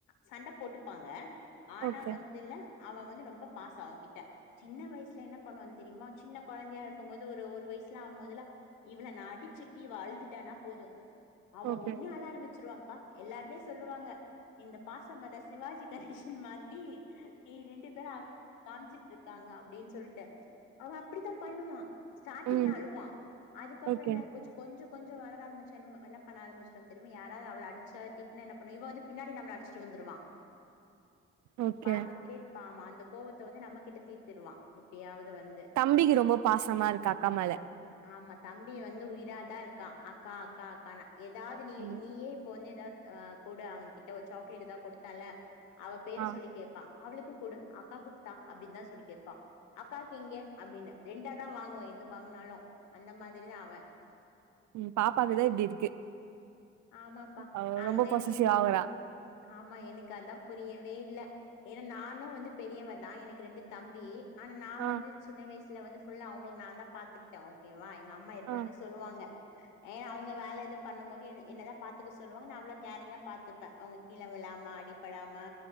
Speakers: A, on the left; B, on the right.
A: சண்டை போட்டுப்பாங்க ஆனா
B: ஓகே
A: வந்து இல்ல அவன் வந்து ரொம்ப பாஸோ அவகிட்ட சின்ன வயசுல என்ன பண்ணுவான்னு தெரியுமா சின்ன கொழந்தையா இருக்கும் போது ஒரு வயசுல ஆகும்போதுல இவள நான் அடிச்சட்டி இவ அழுந்துட்டானா போதோ அவ
B: ஓகே
A: ஒண்ணு அழ ஆரம்பிச்சிருவான்ப்பா எல்லாருமே சொல்லுவாங்க இந்த பாசமலர் சிவாஜி கணே ஷன் மாதிரி நீ ரெண்டு <unintelligible> காம்ச்சுட்டு இருக்காங்க அப்டினு சொல்ட்டு அவ அப்படித்தா பண்ணுவா ஸ்டார்டிங்ல
B: ம்
A: அழுவா அதுக்கப்புறோ
B: ஓகே
A: என்ன இப்போ கொஞ்சோ கொஞ்சோ வளர ஆரம்பிச்ச என்ன பண்ண ஆம்பிச்சுருவா தெரிமா யாராவது அவள அடிச்சா திட்னா என்ன பண்ணுவா இவ வந்து பின்னாடி நம்மள அடிச்சிட்டு வந்துருவா
B: ஓகே
A: பாத்துட்டே இருப்பாமா அந்த கோவத்த வந்து நம்ம கிட்ட தீத்திடுவா எப்படியாவது வந்து
B: தம்பிக்கு ரொம்ப பாசமா இருக்கா அக்கா மேல
A: ஆமா தம்பி வந்து உயிராதா இருக்கா அக்கா அக்கா அக்கானு ஏதாவது நீ
B: ஆமா
A: நீயே இப்ப வந்து கக் ஆஹ் கூட அவங்கிட்ட ஒரு சாக்லேட் ஏதா கொடுத்தால அவ பேர
B: ஆ
A: சொல்லி கேப்பா அவளுக்கு கூடு அக்காக்கு தா அப்டின்னு தா சொல்லி கேப்பா அக்காக்கு இங்க அப்டின்னு ரெண்டா தா வாங்குவா எது வாங்குனாலு அந்த மாதிரிதா அவ
B: ம் பாப்பாக்குதா இப்டி இருக்கு
A: ஆமாப்பா
B: அவ
A: அதுதா
B: ரொம்ப பொசசிவ்
A: எனக்கு புரியல
B: ஆவுறா
A: ஆமா எனக்கு அதா புரியவே இல்ல ஏன்னா நானு வந்து பெரியவ தா எனக்கு ரெண்டு தம்பி ஆனா நா
B: ஆ
A: வந்து சின்ன வயசுல வந்து ஃபுல்லா அவங்கள நா தா பாத்துக்கிட்டே ஓகேவா எங் க அம்மா எப்பழுமே
B: ஆ
A: சொல்லுவாங்க ஏன்னா அவங்க வேல எதுவு பண்ணும் போது என்னதா பாத்துக்க சொல்லுவாங்க நா அவ்வளவு கேரிங்கா பாத்துப்பே அவங்க கீழே விழாமா அடிப்படாம